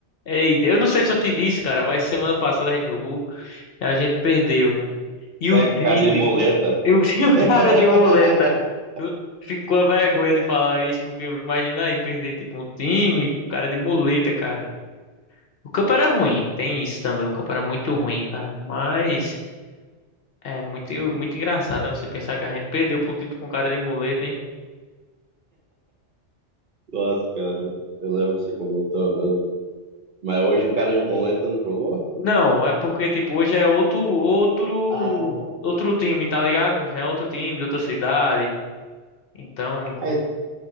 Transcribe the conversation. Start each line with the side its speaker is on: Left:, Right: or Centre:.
Left: Ei, eu não sei se eu te disse, cara, mas semana passada a gente jogou e a gente perdeu, velho. E
Right: É,
Left: o time,
Right: cara de moleta.
Left: eu <laughs> tinha
Right: <laughs>
Left: o cara de boleta. Eu fico com a vergonha de falar isso, porque imagina aí perder tipo um time, cara de muleta, cara. O campo era ruim, tem isso também. O campo era muito ruim, cara. Mas é muito, muito engraçado, né? Você pensar que a gente perdeu pra um time com cara de muleta, hein?
Right: Nossa, cara. Eu lembro que você comentou mesmo. Mas hoje o cara de moleta não jogou?
Left: Não, é porque, tipo, hoje é outro, outro,
Right: Ah,
Left: outro time, tá ligado? Já é outro time de outra cidade. Então,
Right: é,